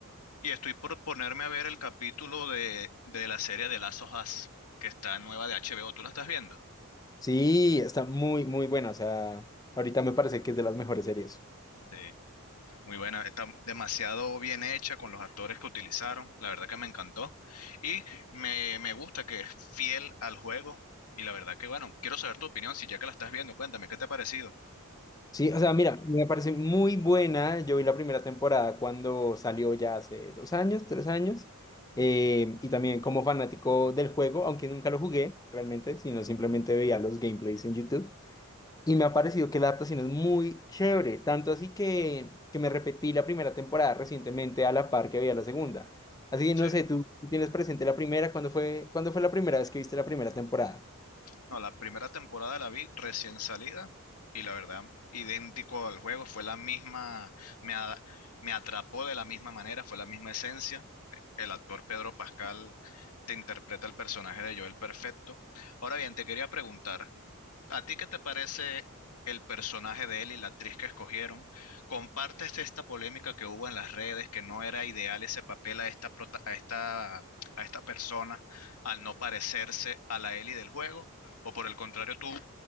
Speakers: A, on the left; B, on the left.
A: y estoy por ponerme a ver el capítulo de, de la serie de Last of Us, que está nueva de HBO. ¿Tú la estás viendo?
B: Sí, está muy, muy buena. O sea, ahorita me parece que es de las mejores series.
A: Sí, muy buena, está demasiado bien hecha con los actores que utilizaron, la verdad que me encantó. Y me, me gusta que es fiel al juego y la verdad que bueno, quiero saber tu opinión, si ya que la estás viendo, cuéntame, ¿qué te ha parecido?
B: Sí, o sea, mira, me parece muy buena. Yo vi la primera temporada cuando salió ya hace dos años, tres años. eh, y también como fanático del juego, aunque nunca lo jugué realmente, sino simplemente veía los gameplays en YouTube. Y me ha parecido que la adaptación es muy chévere, tanto así que, que me repetí la primera temporada recientemente a la par que veía la segunda. Así que
A: Sí.
B: no sé, ¿tú tienes presente la primera? ¿Cuándo fue, cuándo fue la primera vez que viste la primera temporada?
A: No, la primera temporada la vi recién salida y la verdad, idéntico al juego, fue la misma, me, a- me atrapó de la misma manera, fue la misma esencia. El actor Pedro Pascal te interpreta el personaje de Joel perfecto. Ahora bien, te quería preguntar, ¿A ti qué te parece el personaje de él y la actriz que escogieron? ¿Compartes esta polémica que hubo en las redes, que no era ideal ese papel a esta, prota- a esta, a esta persona al no parecerse a la Ellie del juego? ¿O por el contrario, tú,